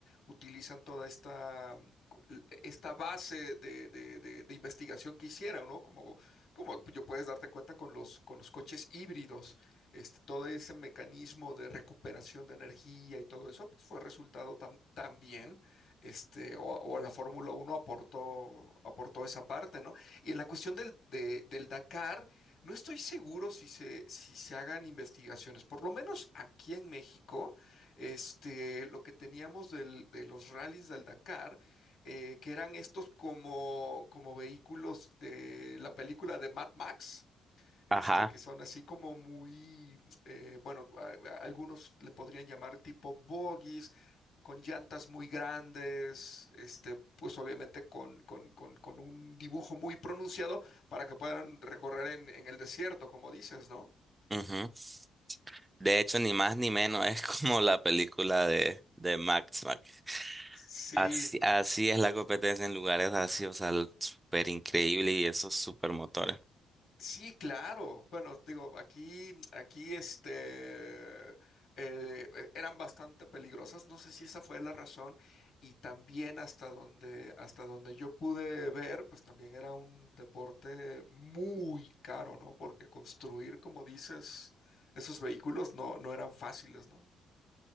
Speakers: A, on the left; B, on the right.
A: utilizan toda esta cu- esta base de, de- de- de investigación que hicieron, ¿no? Como, como yo puedes darte cuenta con los, con los coches híbridos, este, todo ese mecanismo de recuperación de energía y todo eso, pues fue resultado tam- también, este, o, o la Fórmula Uno aportó, aportó esa parte, ¿no? Y en la cuestión del, de- del Dakar, no estoy seguro si se, si se hagan investigaciones, por lo menos aquí en México, este, lo que teníamos del- de los rallies del Dakar, eh, que eran estos como, como vehículos de la película de Mad Max, este,
B: Ajá.
A: que son así como muy, eh, bueno, a- a- algunos le podrían llamar tipo bogies, con llantas muy grandes, este, pues obviamente con, con- con- con un dibujo muy pronunciado para que puedan recorrer en, en el desierto, como dices, ¿no?
B: ujú. De hecho, ni más ni menos es como la película de, de Max Max.
A: Sí.
B: Así, así es la competencia en lugares así, o sea, súper increíble y esos super motores.
A: Sí, claro. Bueno, digo, aquí, aquí, este, eh, eh, eran bastante peligrosas. No sé si esa fue la razón. Y también hasta donde, hasta donde yo pude ver, pues también era un deporte muy caro, ¿no? Porque construir, como dices, esos vehículos no, no eran fáciles, ¿no?